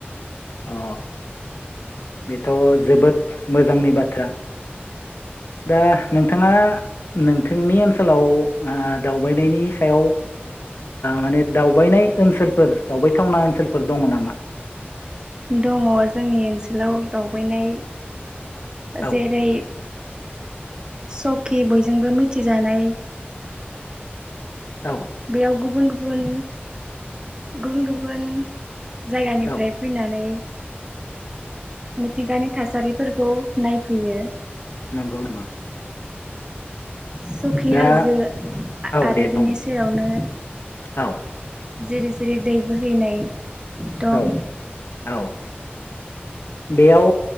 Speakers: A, on the left; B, on the right.
A: अ। बेथ' जो जोबोद मोजांनि बाथ्रा दा नोंथाङा नोंथांनि ओनसोलाव दावबायनायनि सायाव माने दावबायनाय ओनसोलफोर दावबायथावना ओनसोलफोर दङ नामा?
B: दङ जोंनि ओनसोलाव दावबायनाय
A: औ
B: जेरै सकि बयजोंबो मिथिजानाय
A: औ
B: बेयाव गुबुन गु बुन गुबुन गुबुन जायगानिफ्राय
A: औ
B: फैनानै मिथिंगानि थासारिफोरखौ नायफैयो।
A: नंगौ नामा?
B: सखि
A: दा
B: हाजो आ
A: औ
B: आरो
A: दे
B: बेनि
A: बुं
B: सेरावनो
A: औ
B: जिरि जिरि दै बोहैनाय दं
A: औ औ बेयाव